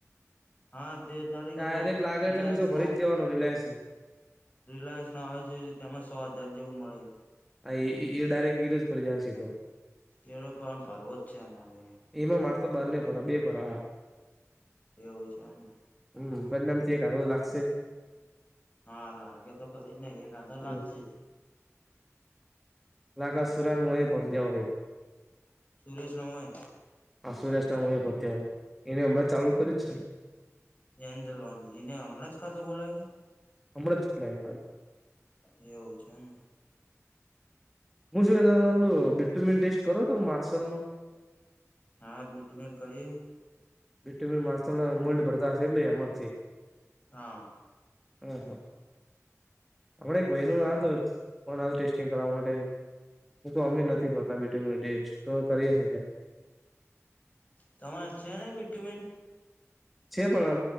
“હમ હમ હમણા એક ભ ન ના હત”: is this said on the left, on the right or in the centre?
Centre